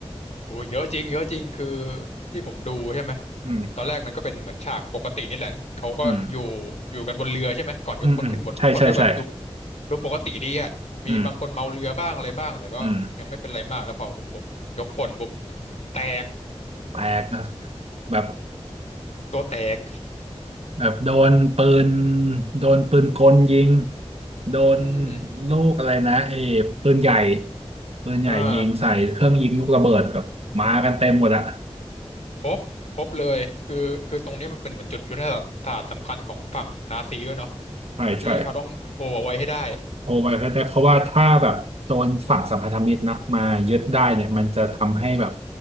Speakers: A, on the left (about 85°); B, on the right (about 65°).
A: โอ้ยเยอะจริงเยอะจริงคือที่ผมดูใช่ไหม
B: อืม
A: ตอนแรกมันก็เป็นเหมือนฉากปกตินี่แหละเขาก็อยู่
B: อืม
A: อยู่กันบนเรือใช่ไหมก่อนยกพลขึ้นหมดทุกคนก็แบบดู
B: อืมอืมใช่ใช่ใช่
A: ดูปกติดีอะมีบางคนเมาเรือบ้างอะไรบ้างแต่ก็ยังไม่เป็นไรมากแล้วพอโอ้โหยกพลปุ๊บ
B: อืมอืม
A: แตก
B: แปลกนะแบบ
A: ตัวแตก
B: แบบโดนปืนโดนปืนกลยิงโดน
A: อืม
B: ลูกอะไรนะเอ้ปืนใหญ่ปืนใหญ่ยิงใส่เครื่องยิงลูกระเบิดแบบมากันเต็มหมดอะ
A: อ่าครบครบเลยคือคือตรงนี้มันเป็นเหมือนจุดยุทธศาสตร์สำคัญของฝั่งนาซีด้วยเนาะ
B: ใช่ใช่
A: ที่เขาต้องโฮเอาไว้ให้ได้
B: โทรไปก็ได้เพราะว่าถ้าแบบโดนฝั่งสัมพันธมิตรนะมายึดได้เนี่ยมันจะทำให้แบบ